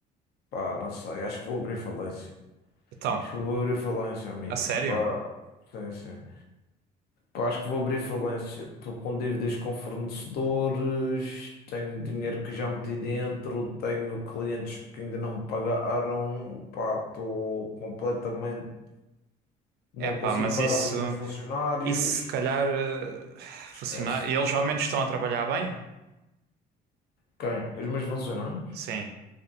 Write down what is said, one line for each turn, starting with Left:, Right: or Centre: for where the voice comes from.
Left: Pá, não sei. Acho que vou abrir falência.
Right: Então,
Left: Acho que vou abrir falência, amigo.
Right: a sério?
Left: Pá, sim, sim. Pá, acho que vou abrir falência. Estou com dívidas com fornecedores, tenho dinheiro que já meti dentro, tenho clientes que ainda não me pagaram. Pá, estou completamente. Não
Right: Epá,
Left: consigo
Right: mas
Left: pagar
Right: isso,
Left: os meus funcionários.
Right: isso se calhar eh,
Left: Esquece.
Right: funcionar. E eles ao menos estão a trabalhar bem?
Left: Quem? Os meus funcionários?
Right: Sim.